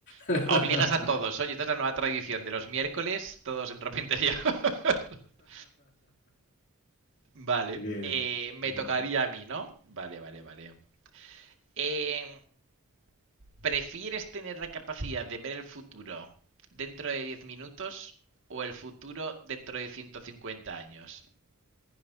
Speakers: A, on the left; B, on the right.
A: <laughs>
B: Eh, Obligas a todos. Oye, esta es la nueva tradición de los miércoles, todos en ropa interior. <laughs> Vale.
A: Bien.
B: Eh, me
A: bien.
B: tocaría a mí, ¿no? Vale, vale, vale. Eh, ¿prefieres tener la capacidad de ver el futuro dentro de 10 minutos o el futuro dentro de 150 años?